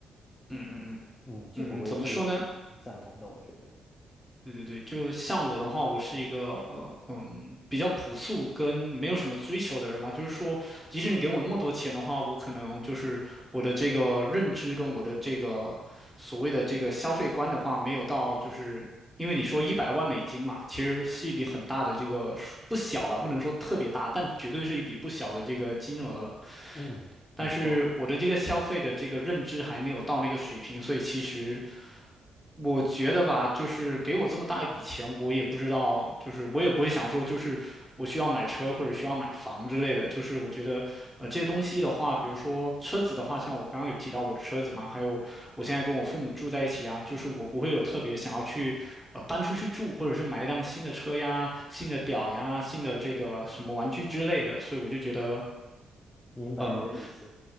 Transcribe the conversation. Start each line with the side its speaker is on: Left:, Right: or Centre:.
Centre: 嗯嗯嗯
Left: 嗯，这个我也是
Centre: 嗯，怎么说呢？
Left: 赞同的，我觉得。
Centre: 对对对，就像我的话，我是一个呃嗯比较朴素跟没有什么追求的人嘛，就是说，即使你给我那么多钱的话，我可能就是我的这个认知跟我的这个所谓的这个消费观的话，没有到就是因为你说一百万美金嘛，其实是一笔很大的这个数不小吧，不能说特别大，但绝对是一笔不小的这个金额了。
Left: 嗯，没错，
Centre: 但是我的这个消费的这个认知还没有到那个水平，所以其实。我觉得吧，就是给我这么大一笔钱，我也不知道，就是我也不会想说，就是我需要买车或者需要买房之类的。就是我觉得，呃，这些东西的话，比如说车子的话，像我刚刚有提到我的车子嘛，还有我现在跟我父母住在一起啊，就是我不会有特别想要去，呃，搬出去住，或者是买一辆新的车呀、新的表呀、新的这个什么玩具之类的。所以我就觉得，
Left: 明白你的意思。
Centre: 呃，